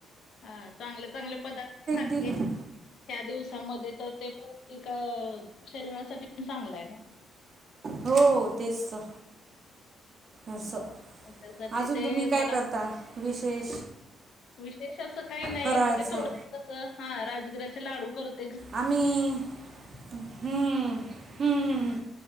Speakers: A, on the left (about 70°); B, on the right (about 45°).
A: हा, चांगले -चांगले पदार्थ खाल्ले.
B: दिल
A: त्या दिवसामध्ये तर ते पौष्टिक, शरीरासाठी पण चांगलं हाय ना.
B: हो तेच तर, असं.
A: मग त्यासाठी
B: अजून
A: ते
B: तुम्ही काय
A: मला
B: करता विशेष?
A: विशेष असं काही नाही,
B: फराळाचं
A: म्हणजे थोड कसं राजगिराचे लाडू करत.
B: आम्ही हम्म, हम्ममं